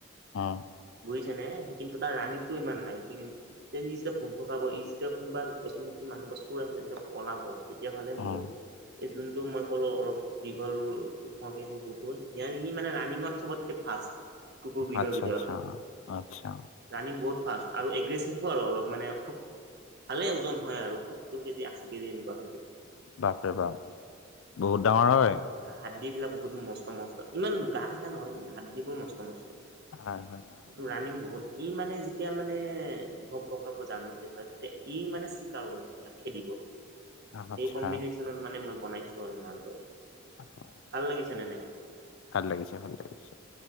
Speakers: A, on the left (about 75°); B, on the right (about 55°).
A: অ
B: বুজিছে নে সি কিন্তু তাৰ ৰানিংটো ইমান নাই কিন্ত তেতিয়া সি যেতিয়া ভোক ভকাব ই যেতিয়া কোনবা অচিনাকি মানুহ বা চোৰ আহিলে যেতিয়া পলাব তেতিয়াহ'লে
A: অ',
B: মোৰ এই যোনটো মই ক'লো অলপ দীঘল ও ওখকে কুকুৰটো সিআ সি মানে ৰাণিঙত চবতকে ফাষ্ট কুকুৰবিদৰ
A: আচ্ছা,
B: ভিতৰত
A: আচ্ছা, আচ্ছা,
B: ৰানিং বহুত ফাষ্ট আৰু এগ্ৰেচিভো আৰু অলপ মানে ভালে ওজন হয় আৰু সত্তৰ কেজি আশী কেজি এনেকুৱা হৈ যায়
A: বাপৰে বাপ বহুত ডাঙৰ হয়
B: হাড়দিবিলাক বহুত মস্ত মস্ত ইমান গা থকা নহয় কিন্তু হাড়দিবোৰ মস্ত মস্ত
A: হয় হয় হয়
B: এইটো ৰাণিং বহুত ই মানে যেতিয়া মানে ভক ভকাব যাম যেপাৰটোতে ই মানে চিকাও কৰে তাক খেদিব
A: আচ্ছা।
B: এই কম্বিনেশ্যনত মানে মই বনাইছো আৰু মালটো
A: অ হঅ
B: ভাল লাগিছেনে নাই
A: ভাল লাগিছে ভাল লাগিছে